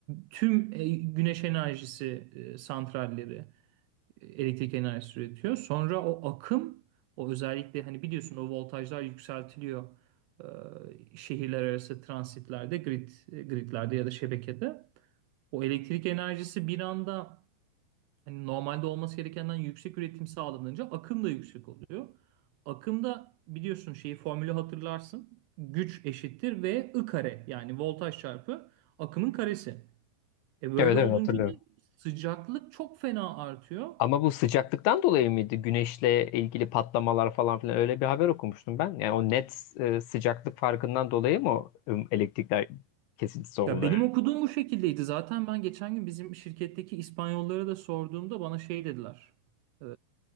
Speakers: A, on the right; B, on the left.
A: tüm e, güneş enerjisi e, santralleri e, elektrik enerjisi üretiyor. Sonra o akım o özellikle hani biliyorsun o voltajlar yükseltiliyor e, şehirler arası transitlerde, grid e, gridlerde ya da şebekede. O elektrik enerjisi bir anda hani normalde olması gerekenden yüksek üretim sağlanınca akım da yüksek oluyor. Akımda biliyorsun şeyi formülü hatırlarsın. Güç eşittir V I kare yani voltaj çarpı akımın karesi. E böyle
B: Evet evet
A: olunca
B: hatırlıyorum.
A: da sıcaklık çok fena artıyor.
B: Ama bu sıcaklıktan dolayı mıydı? Güneşle ilgili patlamalar falan filan öyle bir haber okumuştum ben. Yani o net e, sıcaklık farkından dolayı mı o, e, elektrikler kesintisi oldu
A: Ya benim
B: yani?
A: okuduğum bu şekildeydi. Zaten ben geçen gün bizim şirketteki İspanyollara da sorduğumda bana şey dediler. Ee,